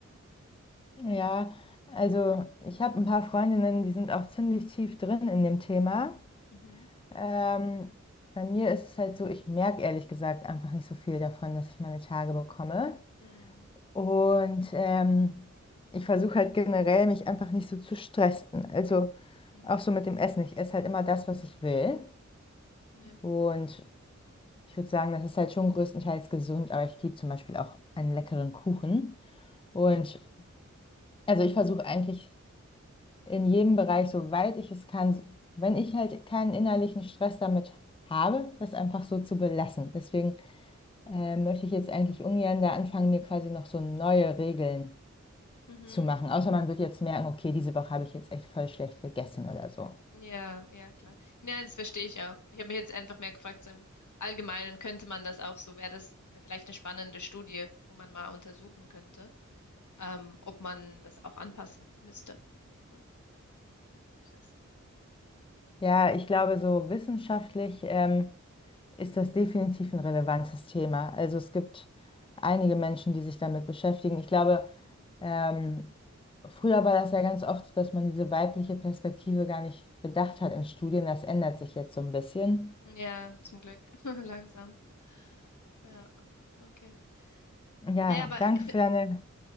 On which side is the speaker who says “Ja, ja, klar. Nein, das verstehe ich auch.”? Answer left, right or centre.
Left